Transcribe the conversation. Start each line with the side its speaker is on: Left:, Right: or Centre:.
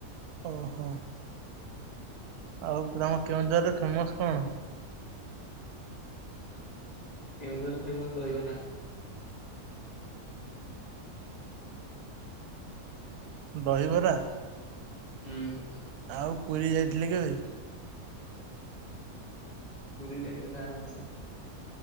Right: ଓହୋ। ଆଉ ତମ କେଉଁଝର ରେ ଫେମସ କଣ?
Left: କେଉଁଝର ଫେମସ ଦହିିବରା।
Right: ଦହିବରା।
Left: ହୁଁ।
Right: ଆଉ ପୁରୀ ଯାଇଥିଲେ କେବେ?
Left: ପୁରୀ ଯାଇଥିଲୁ ଆର ମାସ।